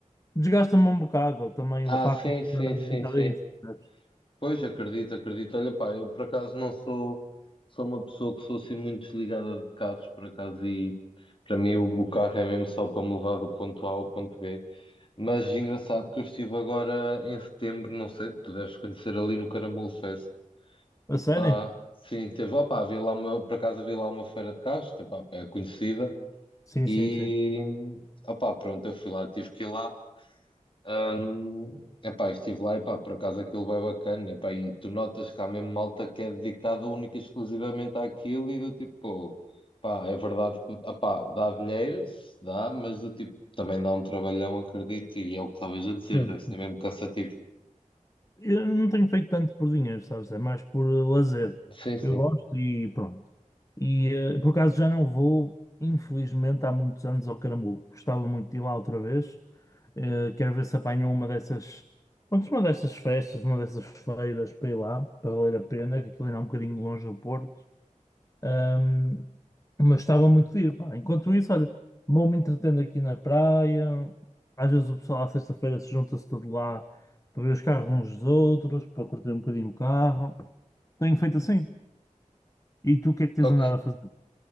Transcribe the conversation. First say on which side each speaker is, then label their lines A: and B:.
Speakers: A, on the left; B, on the left.
A: Desgasta-me um bocado também
B: Ah,
A: o facto
B: sim,
A: de
B: sim,
A: estar
B: sim,
A: dedicado
B: sim.
A: a isso, percebes?
B: Pois, acredito, acredito. Olha, pá, eu por acaso não sou, sou uma pessoa que sou assim muito desligada de carros, por acaso, e para mim o, o carro é mesmo só para me levar do ponto A ao ponto B. Mas engraçado que eu estive agora em setembro, não sei, tu deves conhecer ali no Caramulo Fest.
A: A sério?
B: Pá, sim, teve, opá, havia lá uma, por acaso havia lá uma feira de carros, tá, pá, é conhecida,
A: Sim,
B: e
A: sim, sim.
B: opá, pronto, eu fui lá, tive que ir lá. Hum, epá, estive lá, epá, por acaso aquilo vai bacana, epá, e tu notas que há mesmo malta que é dedicada única e exclusivamente àquilo e do tipo, pá, é verdade que, epá, dá dinheiro, se dá, mas do tipo, também dá um trabalhão, acredito, e é o que estavas a dizer,
A: Sim.
B: deve ser mesmo cansativo.
A: Eu não tenho feito tanto por dinheiro, sabes? É mais por eh, lazer.
B: Sim, sim.
A: Eu gosto e pronto. E eh, por acaso já não vou, infelizmente, há muitos anos ao Caramulo. Gostava muito de ir lá outra vez. Eh, quero ver se apanho uma dessas, pronto, uma dessas festas, uma dessas feiras para ir lá, para valer a pena, que aquilo ainda é um bocadinho longe do Porto. Ahm, mas estava muito giro, pá. Enquanto isso, olha, vou-me entretendo aqui na praia. Às vezes o pessoal à sexta-feira se junta-se todo lá para ver os carros uns dos outros, para curtir um bocadinho o carro. Tenho feito assim. E tu o que é que tens
B: Ok.
A: andado a fazer?